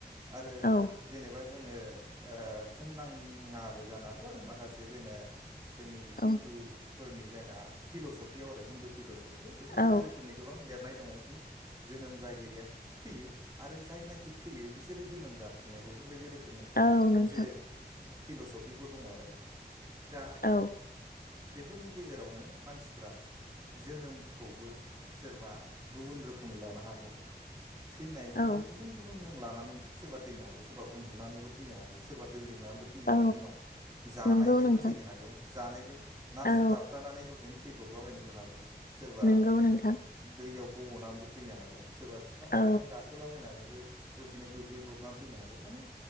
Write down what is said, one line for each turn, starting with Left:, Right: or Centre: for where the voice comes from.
Right: आरो
Left: औ
Right: जेनेबा जोङो ओ होननाङाबो जानो हागौ आरो माखासे जेने जोंनि हिन्दुफोरनि
Left: औ
Right: जोंना फिल'सफियाव आरो हिन्दु फिल'सफियाव बेफोरबायदि
Left: औ
Right: रोखोम रोखोमनि गोबां लिरनाय दङ जोनोम जागिरिया थैयो आरो जायनाखि थैयो बिसोरो जोनोम जाफिनो बेफोरबायदि रोखोमनि मोनसे
Left: औ नोंथां
Right: फिल'सफिफोर दङ आरो दा
Left: औ
Right: बेफोरनि गेजेरावनो मानसिफ्रा जोनोम खौबो सोरबा गुबुन रोखोमै लानो हागौ थैनायखौबो
Left: औ
Right: गुबुन गुबुन गुबुन मुं लानानै सोरबा थैनो हागौ सोरबा उन्दुनानैबो थैनो हागौ सोरबा दै लोंनाबो थैनो
Left: औ
Right: हागौ नङा जानायजोंनो
Left: नंगौ नोंथां
Right: थैनो हागौ जानायजों ना
Left: औ
Right: सुथाबथानानै दसेनो थै थैब्रबलाबायनोबो हागौ सोरबा
Left: नंगौ नोंथां
Right: दैयाव गब'नानैबो थैनो हागौ। सोरबा बिफां
Left: औ
Right: लाइफां गाखोलाबायनानैबो दसेनो गोग्लैब्रबनानै थैनो हागौ माने